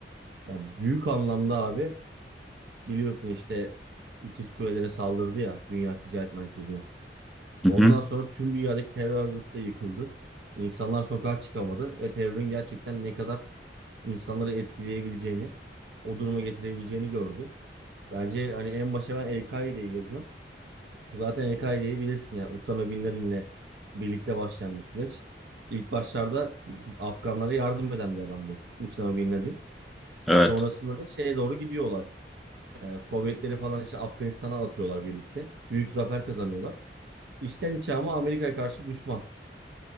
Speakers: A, on the right; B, in the centre.
A: Ya büyük anlamda abi biliyorsun işte İkiz Kulelere saldırdı ya Dünya Ticaret Merkezi'ne.
B: Hı
A: Ondan
B: hı,
A: sonra tüm dünyadaki terör örgütü de yıkıldı. İnsanlar sokağa çıkamadı ve terörün gerçekten ne kadar insanları etkileyebileceğini, o duruma getirebileceğini gördü. Bence hani en başa ben El-Kaide'yi yazıyorum. Zaten El-Kaide'yi bilirsin yani Usame Bin Laden'le birlikte başlayan bir süreç. İlk başlarda <clears throat> Afganlara yardım eden bir adam bu Usame Bin Laden.
B: evet.
A: Sonrasında da şeye doğru gidiyorlar. Ee, Sovyetleri falan işte Afganistan'a atıyorlar birlikte. Büyük zafer kazanıyorlar. İçten içe ama Amerika'ya karşı düşman.